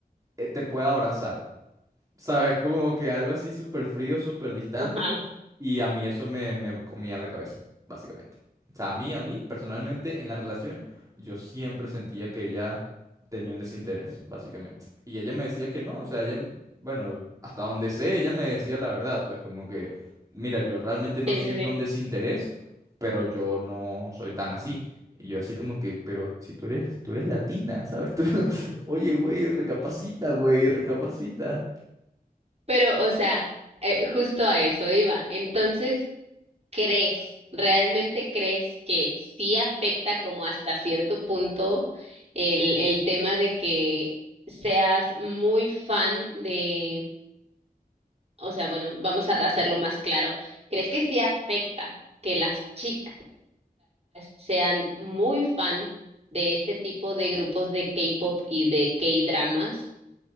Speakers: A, on the right (about 20°); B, on the right (about 40°).
A: eh, te pueda abrazar ¿sabes? Como que algo así súper frío, súper distante.
B: Ajá,
A: Y a mí eso me, me comía la cabeza, básicamente. O sea, a mí, a mí, personalmente, en la relación, yo siempre sentía que ella tenía un desinterés, básicamente. Y ella me decía que no, o sea, ella, bueno, hasta donde sé, ella me decía la verdad, pues como que, mira, yo realmente no
B: sí,
A: siento
B: sí, sí.
A: un desinterés, pero yo no soy tan así. Y yo así como que, pero si tú eres, tú eres latina, ¿sabes? Tú, <laughs> oye, güey, recapacita, güey, recapacita.
B: Pero, o sea, eh, justo a eso iba. Entonces, ¿crees, realmente crees que sí afecta como hasta cierto punto el, el tema de que seas muy fan de, o sea, bueno, vamos a hacerlo más claro. ¿Crees que sí afecta que las chicas sean muy fan de este tipo de grupos de K-pop y de K-dramas?